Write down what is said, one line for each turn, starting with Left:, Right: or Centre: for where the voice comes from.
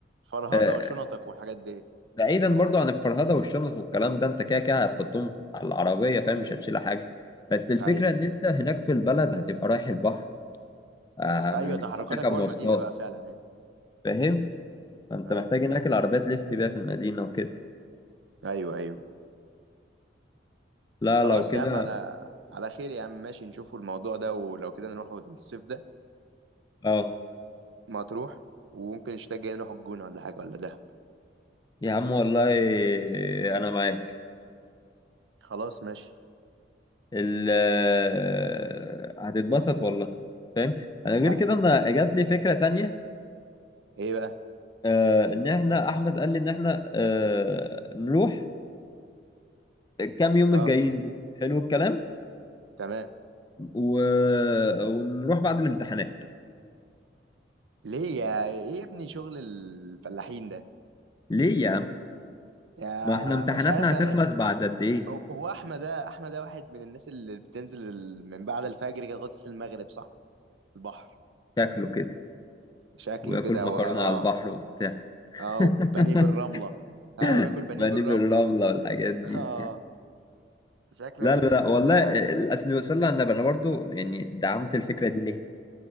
Right: فرهضه
Left: آه
Right: وشنطك وحاجات دي
Left: بعيدا برضو عن الفرهده والشنط والكلام ده انت كده كده هتحطهم
Right: م.
Left: على العربيه فاهم مش هتشيل حاجه بس الفكره
Right: ايوه
Left: ان انت هناك في البلد هتبقى رايح البحر آه،
Right: ايوه
Left: مش
Right: تحركاتك
Left: بتركب
Right: جوه
Left: مواصلات
Right: المدينه بقى فعلا يعني
Left: فاهم فانت
Right: ايوه
Left: محتاج هناك العربية تلف بيها في المدينة وكده
Right: ايوه ايوه
Left: لا
Right: خلاص
Left: لو كده
Right: يا عم على على خير يا عم ماشي نشوفوا الموضوع ده ولو كده نروح الصيف ده
Left: اه
Right: ما تروح وممكن الشتاء الجاي نروح الجونه ولا حاجه ولا دهب
Left: يا عم والله انا معاك
Right: خلاص ماشي
Left: ال آه، هتتبسط والله فاهم انا غير
Right: يا
Left: كده انا جات لي فكرة تانية
Right: ايه بقى
Left: آه ان احنا احمد قال لي ان احنا آه نروح الكام يوم
Right: اه
Left: الجايين دول حلو الكلام
Right: تمام
Left: و... ونروح بعد الامتحانات
Right: ليه يا ايه يا ابني شغل الفلاحين ده
Left: ليه يا عم
Right: يا
Left: ما احنا امتحاناتنا
Right: مش عارف انا
Left: هتخلص بعد قد ايه
Right: هو هو احمد ده احمد ده واحد من الناس اللي بتنزل ال- من بعد الفجر كده لغايه المغرب صح البحر
Left: شكله كده
Right: شكله
Left: واكل
Right: كده
Left: مكرونه
Right: و... اه
Left: على البحر وبتاع
Right: اه
Left: <laughs>
Right: وبانيه بالرمله اه وياكل بانيه
Left: بانيه
Right: بالرمله
Left: بالرمله والحاجات دي
Right: <laughs> اه شكله
Left: لا
Right: هيقرفنا
Left: لا لا والله
Right: ده يا عم
Left: الاصل صلى على النبي انا برضو يعني دعمت
Right: اساسا
Left: الفكره دي ليه